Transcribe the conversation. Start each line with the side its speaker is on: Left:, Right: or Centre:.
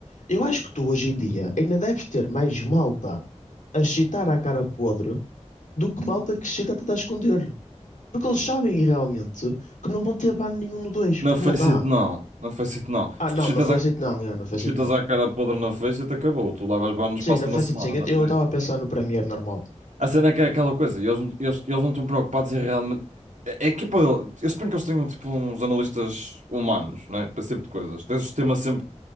Left: Eu acho que tu hoje em dia ainda deves ter mais malta a chitar à cara podre do que malta que chita a tentar esconder. Porque eles sabem realmente que não vão ter ban nenhum no 2
Right: Na
Left: porque
Right: Faceit
Left: não há.
Right: não, na Faceit não.
Left: Ah,
Right: Se
Left: não,
Right: tu chitas
Left: não fez it não, yeah, não fez
Right: Os fitas
Left: it não.
Right: à cara podre na face e te acabou. Tu levas banho no espaço
Left: Sim, não
Right: de uma
Left: fez
Right: semana,
Left: it sim.
Right: não é
Left: Eu
Right: por
Left: estava
Right: aí.
Left: a pensar no Premiere normal.
Right: A cena é que é aquela coisa, e eles, não- eles, eles não estão preocupados em realmente. A a equipa, dele- eu suponho que eles tenham tipo uns analistas humanos, né? Para esse tipo de coisas. Tem o sistema sempre.